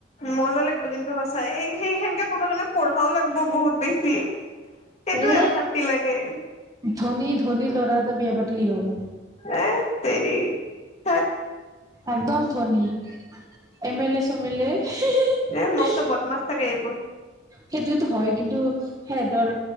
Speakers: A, on the left (about 35°); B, on the right (about 20°).
A: মজা লাগব কিন্তু সঁচই, এই সেই সেনেকে কৰব কাৰণে পঢ়বাও লাগব বহুত বেছি। সেইটোয়ে
B: এ
A: অশান্তি লাগে।
B: ধনী ধনী ল'ৰা এটা, বিয়া পাতিলি হ'ল।
A: এৎ তেৰি ধেৎ।
B: একদম ধনী। M L A, same L এ <unintelligible>
A: এ মস্ত বদমাছ থাকে এইবোৰ
B: সেইটোত' হয় কিন্তু সেহঁতৰ